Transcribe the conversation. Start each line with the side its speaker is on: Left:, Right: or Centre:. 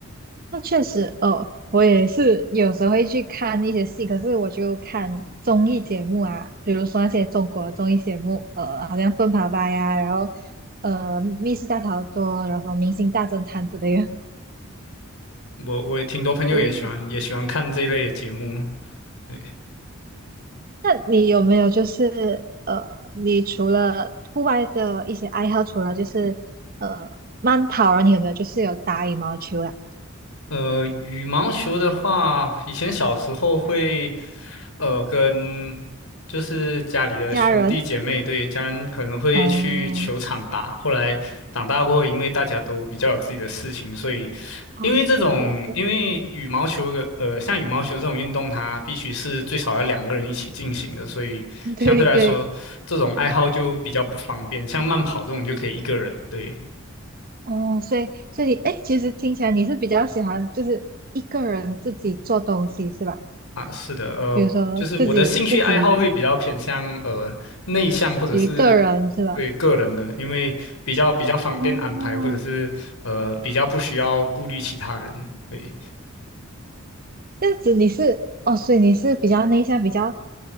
Right: 那确实哦，我也是有时候会去看一些戏，可是我就看综艺节目啊，比如说那些中国综艺节目，呃，好像《奔跑吧》呀，然后呃，《密室大逃脱》，然后《明星大侦探》之类的。
Left: 我，我也挺多朋友也喜欢也喜欢看这一类的节目。
Right: 对，
Left: 对
Right: 那你有没有就是呃，你除了户外的一些爱好，除了就是呃慢跑啊，你有没有就是有打羽毛球啊？
Left: 呃，羽毛球的话，以前小时候会，呃，跟就是家里的兄弟姐妹，
Right: 家人？
Left: 对，家人可能会去球场打。
Right: 哦
Left: 后来长大过后，因为大家都比较有自己的事情，所以
Right: 哦，
Left: 因为这种，
Right: 对对对
Left: 因为羽毛球的，呃，像羽毛球这种运动，它必须是最少要两个人一起进行的，所以相对来说，
Right: <laughs> 对对，
Left: 这种爱好就比较不方便。像慢跑这种就可以一个人，对。
Right: 哦，所以所以你哎，诶其实听起来你是比较喜欢就是一个人自己做东西是吧？
Left: 啊，是的，呃，
Right: 比如说自己自己
Left: 就是我的兴趣爱好会比较偏向呃内向或者是
Right: 一个人是吧？
Left: 对个人的，因为比较比较方便安排，
Right: 哦，
Left: 或者是呃比较不需要顾虑其他人。对，
Right: 这样子你是哦，所以你是比较内向，比较